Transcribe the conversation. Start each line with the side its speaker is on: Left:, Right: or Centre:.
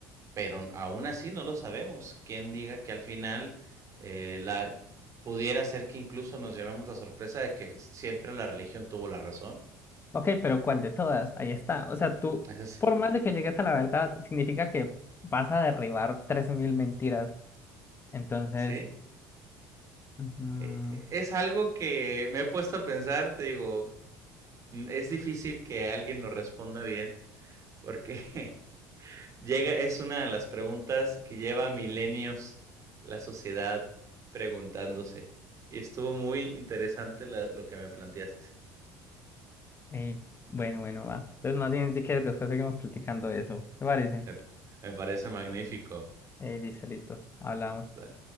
Right: pero aún así no lo sabemos. ¿Quién diga que al final eh, la pudiera ser que incluso nos llevemos la sorpresa de que siempre la religión tuvo la razón?
Left: Ok, pero ¿cuál de todas? Ahí está. O sea, tú,
Right: Ese es-
Left: por
Right: <laughs>
Left: más de que llegues a la verdad, significa que vas a derribar 3.000 mentiras. Entonces,
Right: sí,
Left: ujú,
Right: eh, es algo que me he puesto a pensar, te digo, mm, es difícil que alguien lo responda bien, porque <laughs> llega, es una de las preguntas que lleva milenios la sociedad preguntándose. Y estuvo muy interesante la- lo que me planteaste.
Left: eh, bueno, bueno, va. Entonces, más bien, si quieres, después seguimos platicando de eso. ¿Te parece?
Right: Me, me parece magnífico.
Left: Eh, listo, listo. Hablamos.
Right: Sale.